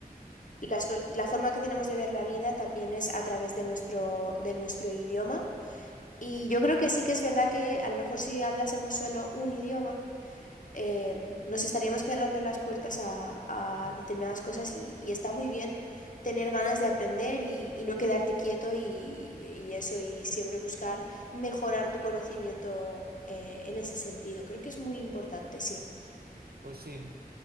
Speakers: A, on the left; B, on the right.
A: las co- la forma que tenemos de ver la vida también es a través de nuestro, de nuestro idioma. Y yo creo que sí que es verdad que a lo mejor si hablásemos solo un idioma, eh, nos estaríamos cerrando las puertas a, a
B: Mm.
A: determinadas cosas y, y está muy bien tener ganas de aprender y, y no quedarte quieto y, y eso, y siempre buscar mejorar tu conocimiento eh, en ese sentido. Creo que es muy importante, sí.
B: Pues sí.